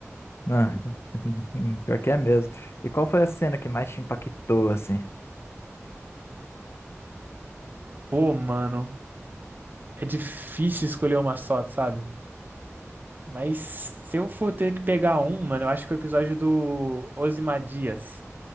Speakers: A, on the left (about 55°); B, on the right (about 40°).
A: Ah, <laughs> pior que é mesmo. E qual foi a cena que mais te impactou, assim?
B: Pô, mano, é difícil escolher uma só, sabe? Mas se eu for ter que pegar um, mano, eu acho que o episódio do Ozymandias